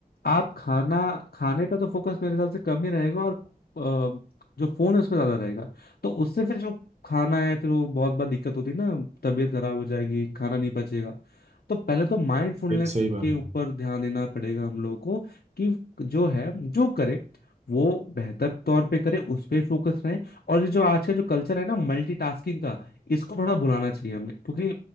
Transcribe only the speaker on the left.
आप खाना खाने पे तो फोकस मेरे हिसाब से कम ही रहेगा और अ, जो फोन है उस पर ज्यादा रहेगा तो उससे फिर जो खाना है फिर वो बहुत बार दिक्कत होती है ना तबीयत खराब हो जाएगी खाना नहीं पचेगा तो पहले तो माइंडफुलनेस
के ऊपर
ध्यान देना पड़ेगा हम लोगों को कि जो है जो करे वो बेहतर तौर पे करे उस पे फोकस रहे और ये जो आज का जो कल्चर है ना मल्टीटास्किंग का इसको थोड़ा भुलाना चाहिए हमें क्योंकि